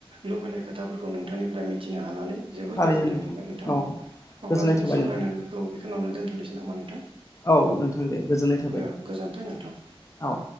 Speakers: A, on the right; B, on the left.
A: लुबैनाय खोथाफोरखौ नोंथांनि फ्राय मिथिनो हानानै जोबोर
B: थारैनो
A: गोजोननाय मोनबाय नोंथां
B: औ गोजोननाय
A: अब्ला जोंनि
B: थाबाय
A: सावरायनांगो
B: नोंथां
A: खौ बेखियावनो दोनथ'नोसै नामा नोंथां?
B: औ नोंथां दे गोजोननाय थाबाय
A: औ गोजोन्थों नोंथां
B: औ